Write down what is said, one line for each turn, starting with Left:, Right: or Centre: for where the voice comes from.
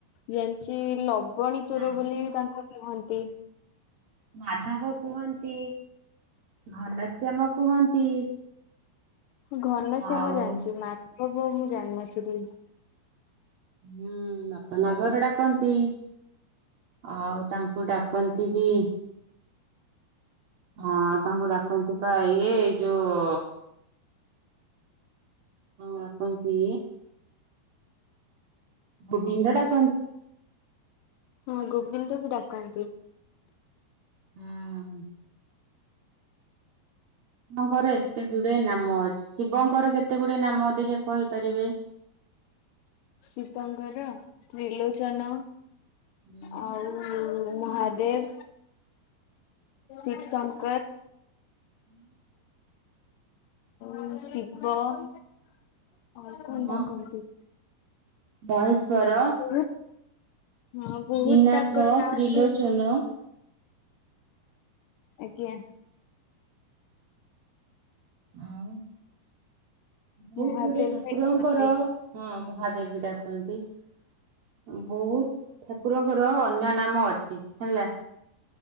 Left: ଜାଣିଛି ଲବ୍ ଲବଣି ଚୋର
Right: ମାଧବ
Left: ବୋଲି ତାଙ୍କୁ କୁହନ୍ତି।
Right: ମାଧବ କୁହନ୍ତି ଘନଶ୍ୟାମ କୁହନ୍ତି।
Left: ଘନଶ୍ୟାମ
Right: ଆଉ
Left: ଜାଣିଛି ମାଧବ ମୁଁ ଜାଣିନଥିଲି।
Right: ହୁଁ ନଟନାଗର ଡାକନ୍ତି ଆଉ ତାଙ୍କୁ ଡାକ୍ କନ୍ତି ବି। ହଁ ତାଙ୍କୁ ଡାକନ୍ତି ପା ଇଏ ଏଇ ଯୋଉ <inaudible> ଡାକନ୍ତି ଗୋବିନ୍ଦ ଡାକ୍
Left: ହଁ ଗୋବିନ୍ଦ ବି ଡାକନ୍ତି।
Right: ହୁଁ। କୃଷ୍ଣଙ୍କର ଏତେ ଗୁଡିଏ ନାମ ଅଛି ଶିବଙ୍କର କେତେ ଗୁଡ଼ିଏ ନାମ ଦେଖିବା କହିପାରିବେ।
Left: ଶିବଙ୍କର ତ୍ରିଲୋଚନ
Right: ହଁ
Left: ଆଉ ମହାଦେ ଦେବ ଶିବ୍ ଶଙ୍କର।
Right: <inaudible>
Left: ଆଉ ଶିବ ଆଉ କଣ
Right: ହଁ
Left: ଡାକନ୍ତି?
Right: ମହେଶ୍ଵର
Left: ବହୁତ୍ ହଁ ବହୁତ୍
Right: ତ୍ରିନାଥ
Left: ତାଙ୍କର ନାଁ
Right: ତ୍ରିଲୋଚନ
Left: ଅଛି ହେଲେ ଆଜ୍ଞା
Right: ଆଉ ବହୁତ୍
Left: ମହାଦେବ
Right: ଗୁଡ଼ିଏ ଠାକୁରଙ୍କର
Left: ବି ଡାକନ୍ତି।
Right: ହଁ ମହାଦେବ୍ ବି ଡାକନ୍ତି ଆଉ ବହୁତ୍ ଠାକୁରଙ୍କର ଅନ୍ୟ ନାମ ଅଛି ହେଲା